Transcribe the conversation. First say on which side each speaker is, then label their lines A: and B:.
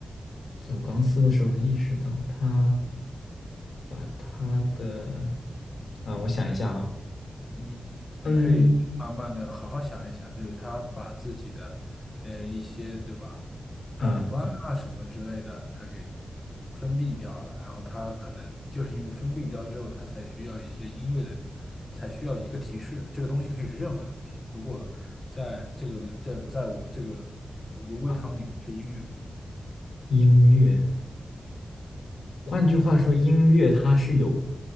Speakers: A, on the left; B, on the left.
A: 走钢丝的时候意识到它把它的啊，我想一下啊，
B: 嗯，你可以慢慢的好好想一想，
A: 嗯
B: 就是他把自己的呃一些对吧，
A: 嗯
B: 感官啊什么之类的，他给封闭掉了，然后他可能就是因为封闭掉之后，他才需要一些音乐的，才需要一个提示，这个东西可以是任何东西，如果在这个在在我这个呃乌龟汤里是音乐，
A: 啊，音乐，换句话说，音乐它是有